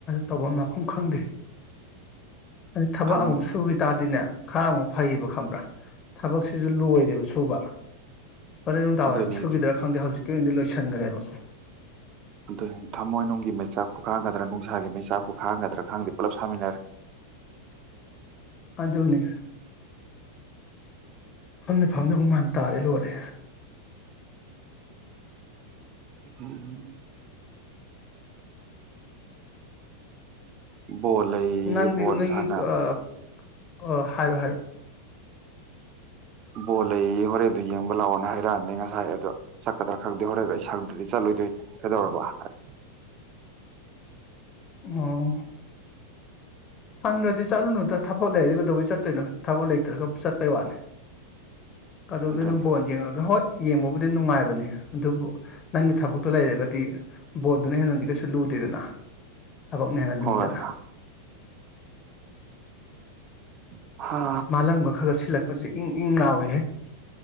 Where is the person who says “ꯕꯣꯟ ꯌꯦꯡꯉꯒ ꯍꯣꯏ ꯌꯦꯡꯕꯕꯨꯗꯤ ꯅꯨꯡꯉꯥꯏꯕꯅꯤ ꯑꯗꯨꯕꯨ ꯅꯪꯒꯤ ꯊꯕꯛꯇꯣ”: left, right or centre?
Left